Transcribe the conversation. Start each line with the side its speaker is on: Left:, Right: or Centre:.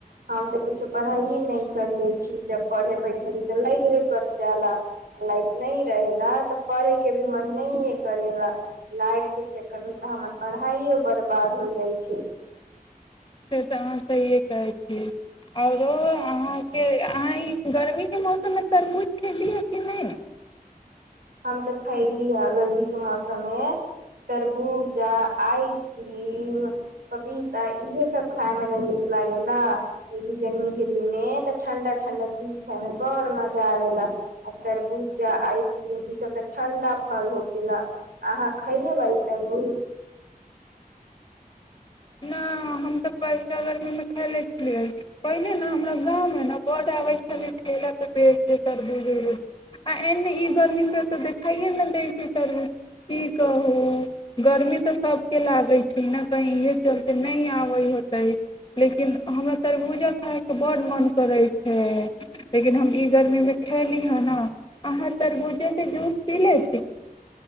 Right: हम तऽ कछो पढ़ाइए नहि करले छी जब पढ़े बैठली तऽ लाइट भे कट जयाला आ लाइट नहि रहेला तऽ पढ़े के भी मन नहिए करेला लाइट के चक्करमे तऽ हमर पढ़ाइयो बर्बाद हो जाइ छै
Left: से तऽ अहाँ सहिए कहै छियै आओरो अहाँके अहाँ ई गर्मीके मौसममे तरबूज खेलियए कि नहि
Right: हम तऽ खैली ह गर्मी के मौसम मे तरबूजा आइसक्रीम पपीता इहे सब खाय मे ने नीक लागेला क कि गर्मी के दिन मे तऽ ठंडा ठंडा चीज खाय मे बड़ मजा आबेला आ तरबूजा आइस ्रम ई सब तऽ ठण्डा फल हो गेला अहाँ खैनेेब ते बूज
Left: नहि हम तऽ पैसा गर्मीमे तले छ पहिनेे ने हमरा गाँवमे ने बड आबैत छलै ठेला त बेतर बुज एन ई गर्मी पे त देख खाइए नहि दै छै तरूज की कहू गर्मी तऽ सभके लागै छै ने कहीे चलते नहि आबै होतै लेकिन हमरा तरबूजा खायके बडड़ड मन करै छै लेकिन हम ई गर्मीमे खली ह ने अहाँ तरबूजाक के जूस पी ले छी